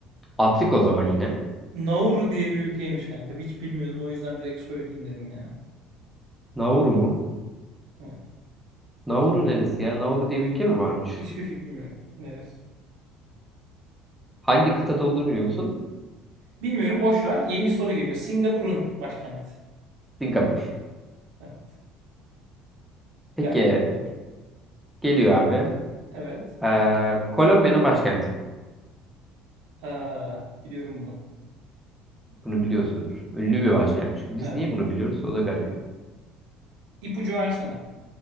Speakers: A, in the centre; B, on the right.
A: Afrika o zaman yine.
B: Nauru diye bir ülkeymiş kanka. Hiç bilmiyordum o yüzden direkt söyleyeyim dedim yani.
A: Nauru mu?
B: Evet.
A: Nauru neresi ya? Nauru diye bir ülke mi varmış?
B: Hiçbir fikrim yok. Neresi?
A: Hangi kıtada olduğunu biliyor musun?
B: Bilmiyorum boş ver. Yeni soru geliyor. Singapur'un başkenti.
A: Singapur.
B: Evet.
A: Peki.
B: Gayet doğru.
A: Geliyor abi.
B: Evet.
A: Ee, Kolombiya'nın başkenti.
B: Ee, biliyorum bunu.
A: Bunu biliyorsundur. Ünlü bir başkent. Çünkü biz
B: Evet
A: niye
B: evet.
A: bunu biliyoruz? O da garip.
B: Biliyorum. İpucu versene.